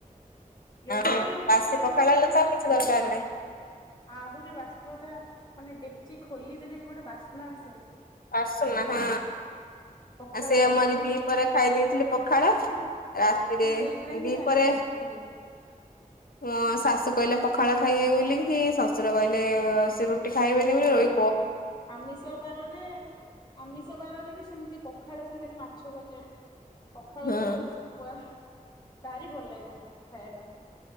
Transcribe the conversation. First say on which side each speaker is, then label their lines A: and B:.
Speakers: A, on the left; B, on the left.
A: ଲେମ୍ବୁ
B: ଆଉ
A: ଲଙ୍କା
B: ବାସି
A: ପିଆଜ
B: ପଖାଳ
A: ହେଲେ ବି
B: ତ ଆଉ
A: ମୁଁ
B: କିଛି
A: ଖାଇଦେବି
B: ଦରକାର
A: ମୋର
B: ନାହିଁ
A: ଆହୁରି ବାସ୍ତ୍ରଟା ମାନେ ସେ ଖୋଲି ଦେଲେ ଗୋଟେ ବାସ୍ନା ଆସେ।
B: ବାସ ନା ହଁ।
A: ପଖାଳର
B: ଆଉ ସେ ମ ଦି
A: ମୁଁ ସେଇଥିରେ
B: ପରେ ଖାଇ ଦେଇଥିଲେ ପଖାଳ
A: ମୁଁ
B: ରାତିରେ
A: ମୁଁ ସେଇଥିରେ ହିଁ
B: ଦି
A: ଶାନ୍ତି
B: ପରେ।
A: ହେଇଯାଏ।
B: ହଁ ଶାଶୁ କହିଲେ ପଖାଳ ଖାଇବେ ବୋଲି କି ଶ୍ୱଶୁର କହିଲେ ସେ ରୁଟି ଖାଇବେନି ବୋଲି ରହି
A: ଆମିଷ ବାରରେ ଆମିଷ ବାରରେ ବି ସେମତି ପ ପଖାଳ ସାଙ୍ଗରେ ମାଛ ଭଜା। ପଖାଳ
B: ହୁଁ
A: ସାଙ୍ଗରେ ଶୁଖୁଆ। ଭାରି ଭଲଲାଗେ ମତେ, ଖାଇବା ପାଇଁ।